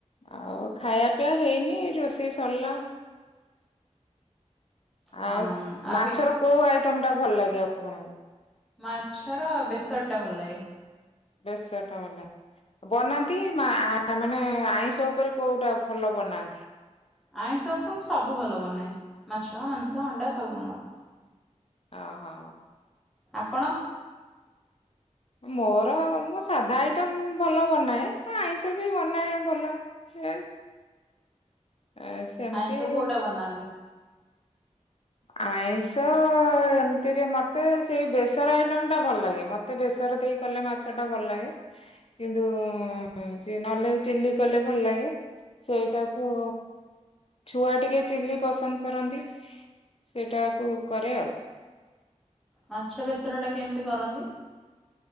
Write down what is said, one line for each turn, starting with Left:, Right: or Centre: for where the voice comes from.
Left: ଆଉ ଖାଇବା ପିଇବା ହେଇନି ରୋଷେଇ ସରିଲା।
Centre: ହଁ
Left: ଆଉ
Centre: ଆ
Left: ମାଛର
Centre: ପି
Left: କୋଉ ଆଇଟମ୍ ଟା ଭଲ ଲାଗେ ଆପଣଙ୍କୁ?
Centre: ମାଛର ବେସର ଟା ଭଲ ଲାଗେ।
Left: ବେସର ଟା ଭଲ ଲାଗେ। ବନାନ୍ତି ମା ମାନେ ଆଇଁଷ ଉପରେ କୋଉଟା ଭଲ ବନାନ୍ତି?
Centre: ଆଇଁଷ ଉପରେ ମୁଁ ସବୁ ଭଲ ବନାଏ। ମାଛ, ମାଂସ, ଅଣ୍ଡା ସବୁ ବନାଏ।
Left: ଅ ହଁ।
Centre: ଆପଣ
Left: ମୋର ମୁଁ ସାଧା ଆଇଟମ ଭଲ ବନାଏ। ହଁ ଆଇଁଷ ବି ବନାଏ ଭଲ। ସେ ଏ ସେମତି
Centre: ଆଇଁଷ କୋଉଟା ବନାନ୍ତି
Left: ଆଇଁଷ ଏମତିରେ ମତେ ସେଇ ବେସର ଆଇଟମ ଟା ଭଲ ଲାଗେ। ମ ତ ବେସର ଦେଇ କଲେ ମାଛ ଟା ଭଲ ଲାଗେ। ଏ ଯୋଉ ସେ ନହେଲେ ଚିଲି କଲେ ଭଲ ଲାଗେ। ସେଇଟାକୁ ଛୁଆ ଟିକେ ଚିଲି ପସନ୍ଦ କରନ୍ତି। ସେଇଟାକୁୁ କରେ ଆଉ।
Centre: ମାଛ ବେସର ଟା କେମିତି କରନ୍ତି?